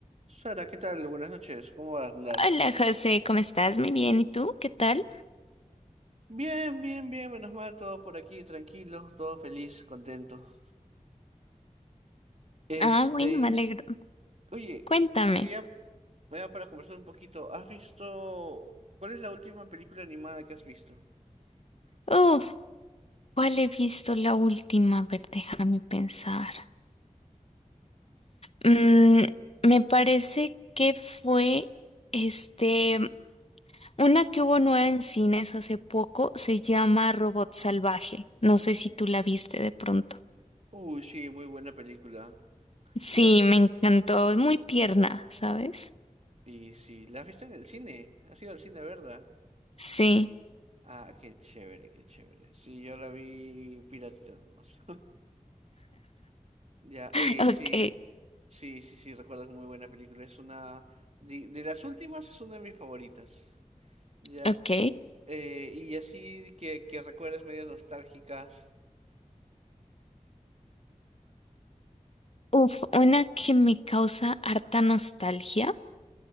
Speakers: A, on the right; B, on the left.
A: Sara, ¿qué tal? Buenas noches, ¿cómo andas?
B: Hola José, ¿cómo estás? Muy bien. ¿Y tú? ¿Qué tal?
A: Bien, bien, bien, menos mal, todo por aquí, tranquilo, todo feliz, contento. Este,
B: Ah, bueno, me alegro.
A: oye,
B: Cuéntame.
A: quería, bueno, para conversar un poquito, ¿has visto, cuál es la última película animada que has visto?
B: Uf, ¿cuál he visto la última? A ver, déjame pensar. Mm, me parece que fue este, una que hubo nueva en cines hace poco, se llama Robot Salvaje. No sé si tú la viste de pronto.
A: Uy, sí, muy buena película.
B: Sí,
A: ¿La- has-
B: me encantó, es muy tierna, ¿sabes?
A: Y sí, ¿la has visto en el cine? ¿Has ido al cine, verdad?
B: Sí,
A: Ah, qué chévere, qué chévere. Sí, yo la vi piratita nomás. Ya, oye,
B: <laughs> ok,
A: sí, sí, sí, sí, recuerdo que muy buena película. Es una, de, de las últimas es una de mis favoritas. Ya,
B: ok.
A: eh, y así que, que recuerdas medio nostálgicas.
B: Uf, una que me causa harta nostalgia.